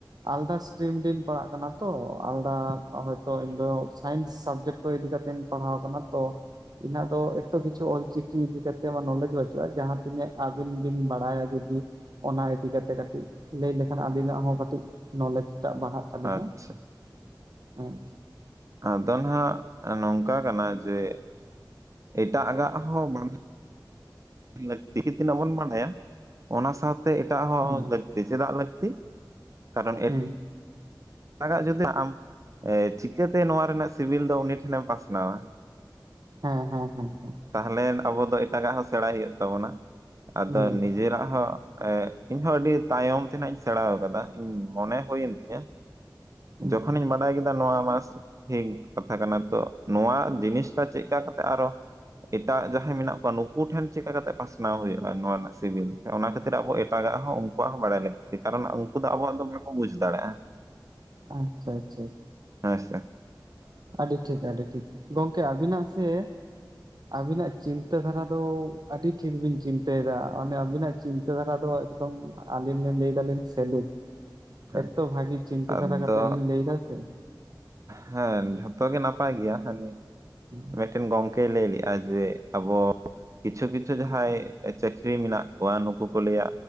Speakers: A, on the right; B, on the right.
A: ᱟᱞᱫᱟ ᱥᱴᱨᱤᱢ ᱨᱤᱧ ᱯᱟᱲᱟᱜ ᱠᱟᱱᱟ ᱛᱚ ᱟᱞᱫᱟ ᱦᱚᱭᱛᱚ ᱤᱧ ᱫᱚ ᱥᱟᱭᱮᱱᱥ ᱥᱟᱵᱡᱮᱠᱴ ᱛᱚ ᱤᱫᱤ ᱠᱟᱛᱮᱧ ᱯᱟᱲᱦᱟᱣ ᱟᱠᱟᱱᱟ ᱛᱚ ᱤᱱᱟᱜ ᱫᱚ ᱮᱛᱚ ᱠᱤᱪᱷᱩ ᱚᱞᱪᱤᱠᱤ ᱤᱫᱤ ᱠᱟᱛᱮ ᱢᱟ ᱱᱚᱞᱮᱡᱽ ᱵᱟᱹᱪᱩᱜ-ᱟ ᱡᱟᱦᱟᱸ ᱛᱤᱱᱟᱹᱜ ᱟᱵᱤᱱ ᱵᱤᱱ ᱵᱟᱲᱟᱭᱟ ᱡᱩᱫᱤ, ᱚᱱᱟ ᱤᱫᱤ ᱠᱟᱛᱮᱜ ᱠᱟᱹᱴᱤᱡ ᱞᱟᱹᱭ ᱞᱮᱠᱷᱟᱱ ᱟᱹᱞᱤᱱᱟᱜ ᱦᱚᱸ ᱠᱟᱹᱴᱤᱡ, ᱱᱚᱞᱮᱡ ᱴᱟᱜ ᱵᱟᱲᱦᱟᱜ ᱛᱟᱵᱤᱱᱟ
B: ᱟᱪᱪᱷᱟ
A: ᱦᱮᱸ᱾
B: ᱟᱫᱚ ᱱᱦᱟᱜ ᱱᱚᱝᱠᱟ ᱠᱟᱱᱟ ᱡᱮ ᱮᱴᱟᱜ ᱜᱟᱜ ᱦᱚᱸ ᱵᱟ ᱞᱟᱹᱠᱛᱤ ᱜᱮ ᱛᱤᱱᱟᱹᱜ ᱵᱚᱱ ᱵᱟᱰᱟᱭᱟ ᱚᱱᱟ ᱥᱟᱶᱛᱮ ᱮᱴᱟᱜ ᱦᱚᱸ
A: ᱦᱩᱸ
B: ᱞᱟᱹᱠ ᱪᱫᱟᱜ ᱞᱟᱹᱠᱛᱤ ᱠᱟᱨᱚᱱ
A: ᱦᱩᱸ
B: ᱞᱟᱜᱟᱜ ᱡᱩᱫᱤ ᱟᱢ ᱮ ᱪᱤᱠᱟᱹᱛᱮ ᱱᱚᱣᱟ ᱨᱮᱱᱟᱜ ᱥᱤᱵᱤᱞ ᱫᱚ ᱩᱱᱤ ᱴᱷᱮᱱᱮᱢ ᱯᱟᱥᱱᱟᱣᱟ?
A: ᱦᱮᱸ ᱦᱮᱸ ᱦᱮᱸ ᱦᱮᱸ
B: ᱛᱟᱦᱞᱮᱱ ᱟᱵᱚ ᱫᱚ ᱮᱴᱟᱜᱟᱜ ᱦᱚᱸ ᱥᱮᱬᱟᱭ ᱦᱩᱭᱩᱜ ᱛᱟᱵᱚᱱᱟ, ᱟᱫᱚ
A: ᱦᱩᱸ
B: ᱱᱤᱡᱮᱨᱟᱜ ᱦᱚᱸ‌ ᱮ ᱤᱧ ᱦᱚᱸ ᱟᱹᱰᱤ ᱛᱟᱭᱚᱢ ᱛᱮ ᱱᱟᱜ ᱤᱧ ᱥᱮᱬᱟᱣ ᱠᱟᱫᱟ ᱤᱧ ᱢᱚᱱᱮ ᱦᱩᱭᱮᱱ ᱛᱤᱧᱟᱹ
A: ᱦᱩᱸ
B: ᱡᱚᱠᱷᱚᱱᱤᱧ ᱵᱟᱰᱟᱭ ᱠᱮᱫᱟ ᱱᱚᱣᱟ ᱢᱟᱥ ᱴᱷᱤᱠ ᱠᱟᱛᱷᱟ ᱠᱟᱱᱟ ᱛᱚ ᱱᱚᱣᱟ ᱡᱤᱱᱤᱥ ᱴᱟ ᱪᱮᱫ ᱠᱟ ᱠᱟᱛᱮ ᱟᱨᱚ ᱮᱴᱟᱜ ᱡᱟ ᱦᱮᱸ ᱢᱮᱱᱟᱜ ᱠᱚᱣᱟ ᱱᱩᱠᱩ ᱴᱷᱮᱱ ᱪᱤᱠᱠᱟ ᱠᱟᱛᱮᱜ ᱯᱟᱥᱱᱟᱣ ᱦᱩᱭᱩᱜ-ᱟ ᱱᱚᱣᱟ ᱨᱮᱱᱟᱜ ᱥᱤᱵᱤᱞ ᱛᱮ ᱚᱱᱟ ᱠᱷᱟᱹᱛᱤᱨ ᱟᱵᱚ ᱮ ᱴᱟᱜᱟᱜ ᱦᱚᱸ ᱩᱱᱠᱩᱣᱟᱜ ᱦᱚᱸ ᱵᱟᱲᱟᱭ ᱞᱟᱹᱠᱛᱤ, ᱠᱟᱨᱚᱱ ᱩᱱᱠᱩ ᱫᱚ ᱟᱵᱚᱣᱟᱜ ᱫᱚ ᱵᱟᱠᱚ ᱵᱩᱡᱽ ᱫᱟᱲᱮᱜ-ᱟ᱾
A: ᱟᱪᱪᱷᱟ ᱟᱪᱪᱷᱟ
B: ᱦᱮᱸ ᱥᱮ
A: ᱟᱹᱰᱤ ᱴᱷᱤᱠ ᱟᱹᱰᱤ ᱴᱷᱤᱠ ᱜᱚᱝᱠᱮ ᱟᱹᱵᱤᱱᱟᱜ ᱥᱮ, ᱟᱹᱵᱤᱱᱟᱜ ᱪᱤᱱᱛᱟᱹ ᱫᱷᱟᱨᱟ ᱫᱚ ᱟᱹᱰᱤ ᱴᱷᱤᱠ ᱵᱤᱱ ᱪᱤᱱᱛᱟᱹᱭᱮᱫᱟ ᱚᱱᱮ ᱟᱵᱤᱱᱟᱜ ᱪᱤᱱᱛᱟᱹ ᱫᱷᱟᱨᱟ ᱫᱚ ᱮᱠᱫᱚᱢ ᱟᱹᱵᱤᱱ ᱵᱤᱱ ᱞᱟᱹᱭᱫᱟᱞᱤᱧ ᱥᱮᱞᱩᱴ
B: ᱦᱮᱸ
A: ᱮᱛᱚ ᱵᱷᱟᱜᱤ ᱪᱤᱱᱛᱟᱹ
B: ᱟᱫᱚ
A: ᱫᱷᱟᱨᱟ ᱠᱟᱛᱮᱜ ᱵᱤᱱ ᱞᱟᱹᱭ ᱫᱟᱥᱮ,
B: ᱦᱮᱸ ᱡᱷᱚᱛᱚ ᱜᱮ ᱱᱟᱯᱟᱭ ᱜᱮᱭᱟ ᱦᱟᱹᱱᱤ
A: <unintelligible>
B: ᱢᱮᱜᱴᱮᱱ ᱜᱚᱢᱠᱮᱭ ᱞᱟᱹᱭ ᱞᱮᱜ-ᱟ ᱡᱮ ᱟᱵᱚ, ᱠᱤᱪᱷᱩ ᱠᱤᱪᱷᱩ ᱡᱟᱦᱟᱸᱭ ᱪᱟᱹᱠᱨᱤ ᱢᱮᱱᱟᱜ ᱠᱚᱣᱟ ᱱᱩᱠᱩ ᱠᱚ ᱞᱟᱹᱭᱟ